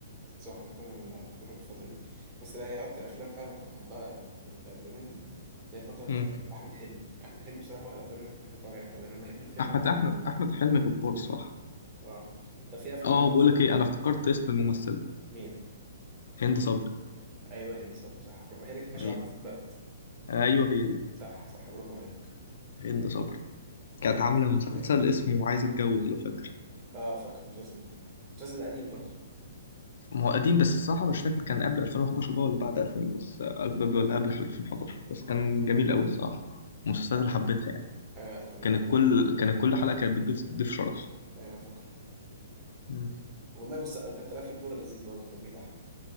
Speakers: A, on the right; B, on the left.
A: صح انا فعلا كنت بحب الفتره دي بس لا هي اكتر افلام فعلا كنت بحبها في الفتره بتاعت زمان دي هي الفتره بتاعت
B: مم.
A: احمد حلمي احمد حلمي بصراحه هو الافلام اللي انا كنت بحب اتفرج عليها قوي انا بحب الفيلم
B: احمد
A: أكتر.
B: احمد احمد حلمي جبار صح
A: اه طب في افلام
B: اه
A: إيه؟
B: بقول لك ايه انا افتكرت اسم الممثلة
A: مين
B: هند صبري
A: ايوه هند صبري صح برافو هي اللي كانت ماشيه
B: ايه
A: معاها في وسط البلد
B: ايوه هي دي
A: صح صح برافو عليك
B: هند صبري
A: في
B: كانت
A: افلام
B: عاملة مسلسل
A: تاني
B: اسمه عايز اتجوز لو فاكر
A: اه فاكر المسلسل ده المسلسل ده قديم برضه
B: ما هو قديم بس الصراحة مش فاكر كان قبل 2011 بقى ولا بعد 2000 بس آه، ولا قبل 2011 بس كان جميل قوي الصراحة المسلسلات
A: اه
B: اللي حبيتها يعني
A: آه، كان
B: كانت كل كانت كل حلقة كانت بتضيف ضيف شرف
A: ايوه انا فاكره
B: مم.
A: والله بص كان طلع فيه بدور لذيذ برضه كان بيضحك